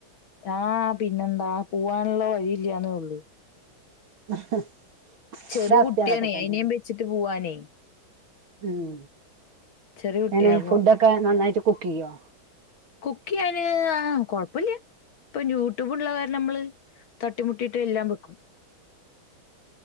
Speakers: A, on the left; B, on the right.
A: ആ പിന്നെന്താ പോവാനുള്ള വഴി ഇല്ലാന്നേ ഉള്ളൂ
B: <unintelligible>
A: ചെറിയ
B: അവസ്ഥ
A: കുട്ടിയാണേയ്
B: അതൊക്കെ തന്നെയാണ്
A: അയിനേം വെച്ചിട്ട് പോവാനേ
B: ഉം
A: ചെറിയ കുട്ടിയാ
B: എങ്ങനെ
A: അപ്പൊ
B: ഫുഡൊക്കെ നന്നായിട്ട് കുക്ക് ചെയ്യോ
A: കുക്ക് ചെയ്യാന് ആഹ്‌ കൊഴപ്പില്ല ഇപ്പൊ യൂട്യൂബ് ഉള്ള കാരണം നമ്മള് തട്ടിമുട്ടിയിട്ട് എല്ലാം വെക്കും